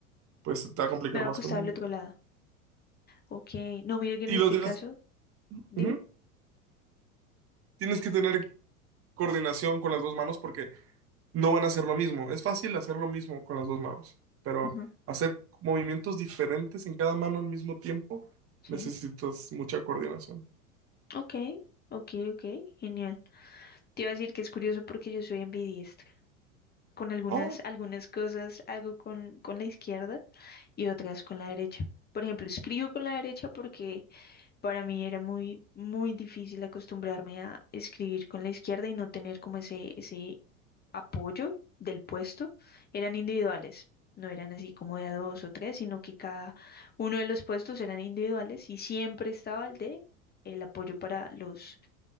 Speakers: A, on the right; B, on the left.
A: pues te va a complicar
B: Me va
A: más
B: a costar
A: con uno.
B: al otro lado. Ok. No, mire que en
A: Y
B: este
A: lo tienes,
B: caso, dime.
A: ujú, Tienes que tener coordinación con las dos manos porque no van a hacer lo mismo. Es fácil hacer lo mismo con las dos manos, pero
B: Ujú.
A: hacer movimientos diferentes en cada mano al mismo tiempo
B: Sí.
A: necesitas mucha coordinación.
B: Ok, ok, ok, genial. Te iba a decir que es curioso porque yo soy ambidiestra. Con algunas,
A: Oh,
B: algunas cosas hago con, con la izquierda y otras con la derecha. Por ejemplo, escribo con la derecha porque para mí era muy, muy difícil acostumbrarme a escribir con la izquierda y no tener como ese, ese apoyo del puesto. Eran individuales, no eran así como de a dos o tres, sino que cada uno de los puestos eran individuales y siempre estaba el de el apoyo para los